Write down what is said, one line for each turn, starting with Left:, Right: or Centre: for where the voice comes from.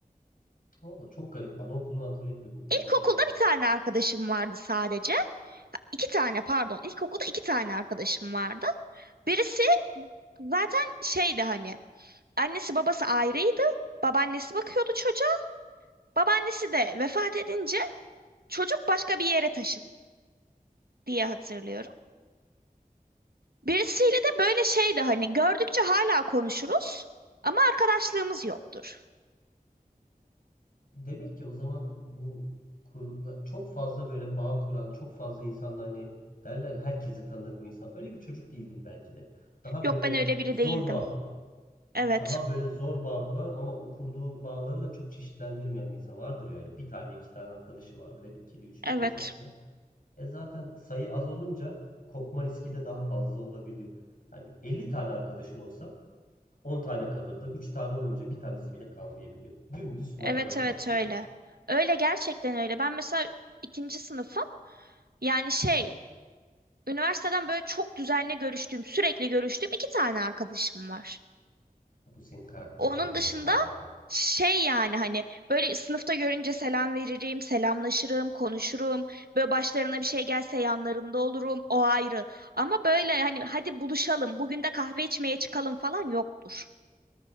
Left: Valla çok garip. Anaokulunu hatırlayıp ilkokulunu
Right: İlkokulda
Left: hatırlayamamak.
Right: bir tane arkadaşım vardı sadece. İki tane pardon ilkokulda iki tane arkadaşım vardı. Birisi zaten şeydi hani annesi babası ayrıydı. Babaannesi bakıyordu çocuğa. Babaannesi de vefat edince çocuk başka bir yere taşındı diye hatırlıyorum. Birisiyle de böyle şeydi hani gördükçe hala konuşuruz ama arkadaşlığımız yoktur.
Left: Demek ki o zaman bu kur- çok fazla böyle bağ kuran, çok fazla insanla hani derler ya, herkesi tanır bu insan. Öyle bir çocuk değildim belki de. Daha
Right: Yok
Left: böyle
Right: ben öyle biri
Left: zor
Right: değildim.
Left: bağ kuran. Daha
Right: Evet,
Left: böyle zor bağ kuran ama o kurduğu bağları da çok çeşitlendirmeyen bir insan vardır ya öyle. Bir tane iki tane arkadaşı vardır. Hep ikili üçlü
Right: evet,
Left: gezer falan. E zaten sayı az olunca kopma riski de daha fazla olabiliyor. Yani 50 tane arkadaşın olsa 10 tane kalır da 3 tane olunca bir tanesi bile kalmayabiliyor. Dümdüz matematik
Right: evet, evet
Left: aslında.
Right: öyle. Öyle gerçekten öyle. Ben mesela ikinci sınıfım. Yani şey Üniversiteden böyle çok düzenli görüştüğüm, sürekli görüştüğüm iki tane arkadaşım var.
Left: Bu senin karakterinle
Right: Onun
Left: demek
Right: dışında
Left: ki alakalı.
Right: şey yani hani böyle sınıfta görünce selam veririm, selamlaşırım, konuşurum. Böyle başlarına bir şey gelse yanlarında olurum, o ayrı. Ama böyle hani hadi buluşalım, bugün de kahve içmeye çıkalım falan yoktur.